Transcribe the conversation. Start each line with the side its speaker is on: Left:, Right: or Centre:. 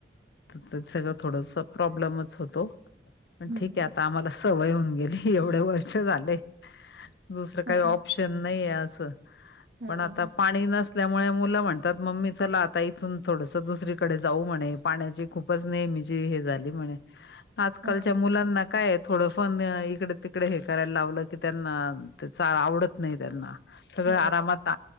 Left: तर ते सगळंच थोडंसं प्रॉब्लेमच होतो. पण
Right: हम्म
Left: ठीक आहे. आता आम्हाला सवय होऊन गेली, एवढे वर्ष झाले दुसरं
Right: हो
Left: काही ऑप्शन नयी असं,
Right: हा
Left: पण आता
Right: ह
Left: पाणी नसल्यामुळे मुलं म्हणतात. मम्मी चला आता इथून थोडंसं दुसरीकडे जाऊ म्हणे, पाण्याची खूपच नेहमी ची हे झाली म्हणे. आजकालच्या
Right: ह
Left: मुलांना, काय थोडंफार इकडे तिकडे हे करायला लावलं की, त्यांना ते चा आवडत नाही त्यांना. सगळं
Right: हो
Left: आरामात